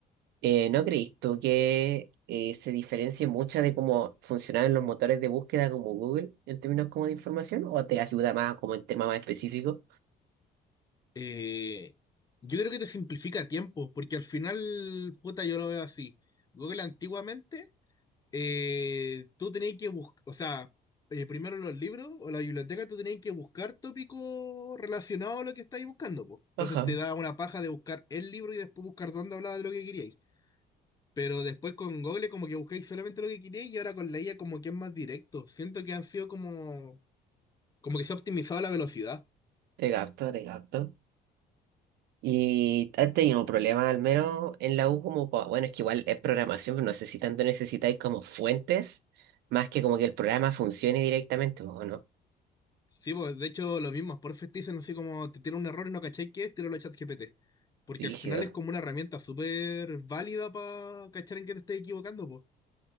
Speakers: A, on the right; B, on the left.
A: Eh, ¿no creís tú que eh, se diferencie mucho de cómo funcionaban los motores de búsqueda como Google en términos como de información? ¿O te ayuda más como en temas más específicos?
B: Eh, yo creo que te simplifica tiempo, porque al final, puta, yo lo veo así. Google antiguamente eh, tú tenés que buscar, o sea, eh, primero los libros o la biblioteca, tú tenés que buscar tópicos relacionados a lo que estáis buscando, po.
A: Ajá,
B: Entonces te da una paja de buscar el libro y después buscar dónde hablaba de lo que queríais. Pero después con Google como que buscáis solamente lo que queríais y ahora con la IA como que es más directo. Siento que han sido como, como que se ha optimizado la velocidad.
A: te gasto, te gasto. ¿Y has tenido problemas al menos en la U como, pa- bueno, es que igual es programación, pero no sé si tanto necesitáis como fuentes, más que como que el programa funcione directamente, ¿o no?
B: Sí, pues de hecho lo mismo, por te dicen así como te tiene un error y no cacháis qué es, tíralo a ChatGPT. Porque
A: Rígido.
B: al final es como una herramienta súper válida para cachar en qué te estés equivocando, pues